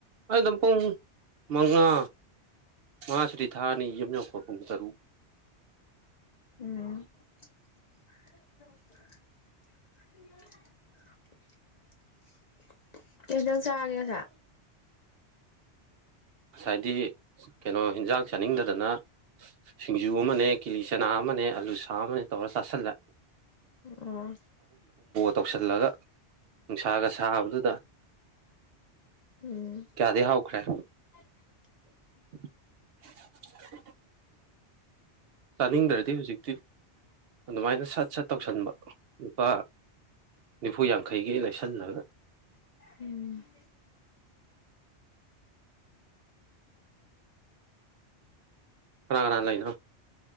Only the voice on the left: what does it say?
ꯎꯝ <unintelligible> ꯀꯩ ꯏꯟꯁꯪ ꯆꯥꯒꯦ ꯉꯥꯁꯥꯏ
ꯑꯣ
ꯎꯝ
<unintelligible>
ꯎꯝ